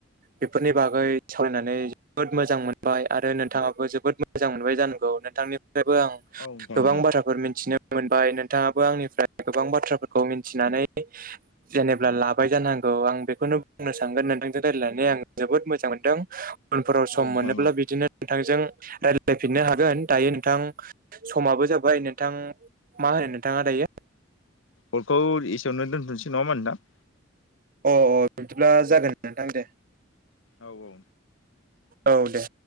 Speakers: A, on the right; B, on the left.
A: बेफोरनि बागै सावरायनानै जोबोद मोजां मोनबाय। आरो नोंथाङाबो जोबोद मोजां मोनबाय जानांगौ। नोंथांनि फायबो आं
B: औ नोंथां
A: गोबां
B: औ
A: बाथ्राफोर मिथिनो मोनबाय। नोंथाङाबो आंनिफ्राय गोबां बाथ्राफोरखौ मि थिनानै जेनेबा लाबाय जानांगौ। आं बेखौनो बुंनो सानगोन नोंथांजों रायलायनानै आङो जोबोद मोजां मोनदों उनफोराव सम
B: औ नोंथां
A: मोनोब्ला
B: औ
A: बिदिनो नोंथांजों राय्लायफिननो हागोन दायो नोंथां समाबो जाबाय नोंथां। मा होनो नोंथाङा दायो?
B: कलखौ एसेयावनो दोनथ'नोसै नङा होनबा नोंथां?
A: अ अ बिदिब्ला जागोन नोंथां दे।
B: औ औ।
A: औ दे।